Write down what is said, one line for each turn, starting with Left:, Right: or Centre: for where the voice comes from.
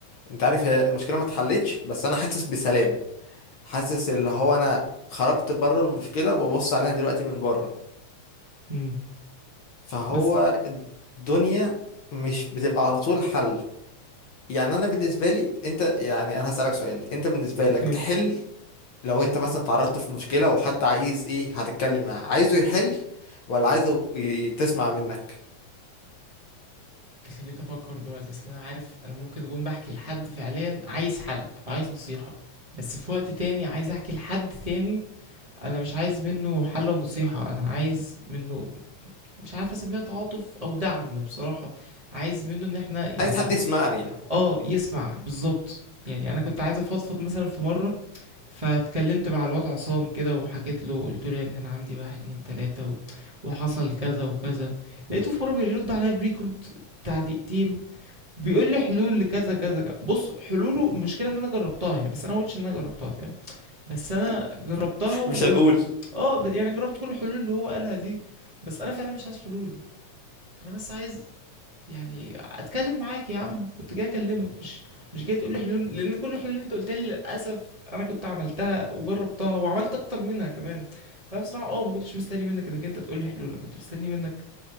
Left: انت عارف هي المشكلة ما اتحلتش بس انا حاسس بسلام حاسس اللي هو انا خرجت بره المشكله وببص عليها دلوقتي من بره
Right: امم
Left: فهو
Right: بس
Left: الدنيا مش بتبقى على طول حل يعني انا بالنسبه لي انت يعني انا هسالك سؤال انت بالنسبه لك
Right: اوكي
Left: تحل لو انت مثلا اتعرضت في مشكله وحد عايز ايه هتتكلم معاه عايزه يحل ولا عايزه ي- تسمع منك
Right: انت خليت افكر دلوقتي اصل انا عارف انا ممكن اكون بحكي لحد فعليا عايز حل او عايز نصيحه بس في وقت تاني عايز احكي لحد تاني انا مش عايز منه حل ونصيحه انا عايز منه مش عارف اسميها تعاطف او دعم بصراحة عايز منه ان احنا يعني
Left: عايز حد يسمعني يعني
Right: اه يسمع بالظبط يعني انا كنت عايز افضفض مثلا في مرة فاتكلمت مع الوضع عصام كده وحكيت له قلت له يا ابني انا عندي واحد اتنين تلاتة و... وحصل كذا وكذا لقيته في مرة بيرد عليا بريكورد بتاع دقيقتين بيقول لي حلول لكذا كذا كذا بص حلوله المشكلة ان انا جربتها يعني بس انا ما قلتش ان انا جربتها فاهم بس انا جربتها
Left: <laughs>
Right: وقلت
Left: مش هنقول
Right: اه بس يعني جربت كل الحلول اللي هو قالها دي بس انا فعلا مش عايز حلول انا بس عايز يعني اتكلم معاك يا عم كنت جاي اكلمك مش مش جاي تقول لي حلول لان كل الحلول اللي انت قلتها لي للاسف انا كنت عملتها وجربتها وعملت اكتر منها كمان فبصراحه اه ما كنتش مستني منك انك انت تقول لي حلول انا كنت مستني منك